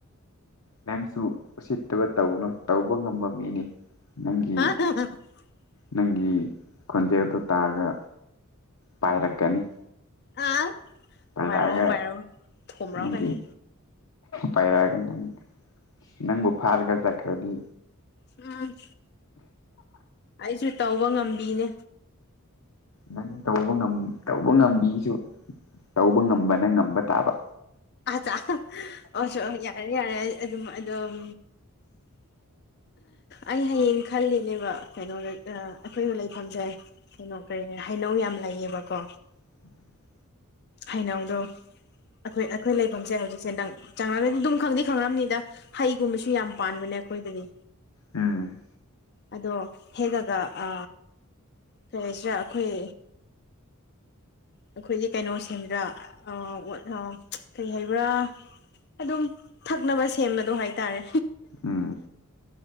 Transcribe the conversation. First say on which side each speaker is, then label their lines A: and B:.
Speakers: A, on the left; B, on the left.
A: ꯅꯪꯁꯨ ꯎꯁꯤꯠꯇꯕ ꯇꯧꯅꯨ ꯇꯧꯕ ꯉꯝꯕ ꯃꯤꯅꯤ ꯅꯪꯒꯤ
B: <unintelligible>
A: ꯅꯪꯒꯤ ꯈꯣꯟꯖꯦꯜꯗꯣ ꯇꯥꯔꯒ ꯄꯥꯏꯔꯛꯀꯅꯤ
B: ꯑꯥ
A: ꯄꯥꯏꯔꯒ
B: ꯄꯥꯏꯔꯛꯑꯣ ꯄꯥꯏꯔꯛꯑꯣ ꯊꯣꯝꯔꯛꯀꯅꯤ
A: ꯅꯪꯒꯤ ꯄꯥꯏꯔꯛꯑꯒ ꯅꯪ ꯅꯪꯕꯨ ꯐꯥꯔꯒ ꯆꯈꯔꯗꯤ
B: ꯑꯝ ꯑꯩꯁꯨ ꯇꯧꯕ ꯉꯝꯕꯤꯅꯦ
A: ꯅꯪ ꯇꯧꯕ ꯉꯝ ꯇꯧꯕ ꯉꯝꯕꯤꯁꯨ ꯇꯧꯕ ꯉꯝꯕ ꯅ ꯉꯝꯕ ꯇꯥꯕ
B: ꯑꯆ ꯑꯣꯁꯨ ꯌꯥꯔꯦ ꯌꯥꯔꯦ ꯑꯗꯨꯝ ꯑꯗꯨꯝ ꯑꯩ ꯍꯌꯦꯡ ꯈꯜꯂꯤꯅꯦꯕ ꯀꯩꯅꯣꯗ ꯑꯩꯈꯣꯏꯅ ꯂꯩꯐꯝꯁꯦ ꯀꯩꯅꯣ ꯀꯩ ꯍꯩꯅꯧ ꯌꯥꯝ ꯂꯩꯌꯦꯕꯀꯣ
A: <inaudible>
B: ꯍꯩꯅꯧꯗꯣ ꯑꯩꯈꯣꯏ ꯑꯩꯈꯣꯏ ꯂꯩꯐꯝꯁꯦ ꯍꯧꯖꯤꯛꯁꯦ ꯅꯪ ꯆꯪꯉꯗꯤ ꯑꯗꯨꯝ ꯈꯪꯗꯤ ꯈꯪꯅꯤꯗ ꯍꯩꯒꯨꯝꯕꯁꯨ ꯌꯥꯝ ꯄꯥꯟꯕꯅꯦ ꯑꯩꯈꯣꯏꯗꯗꯤ
A: ꯎꯝ
B: ꯑꯗꯣ ꯍꯦꯛꯑꯒ ꯑ ꯀꯩ ꯍꯥꯏꯁꯤꯔꯥ ꯑꯩꯈꯣꯏ ꯑꯩꯈꯣꯏꯗꯤ ꯀꯩꯅꯣ ꯁꯦꯝꯗ ꯑ ꯑꯣ ꯀꯩ ꯍꯥꯏꯕ ꯑꯗꯨꯝ ꯊꯛꯅꯕ ꯁꯦꯝꯕꯗꯣ ꯍꯥꯏꯇꯥꯔꯦ
A: ꯎꯝ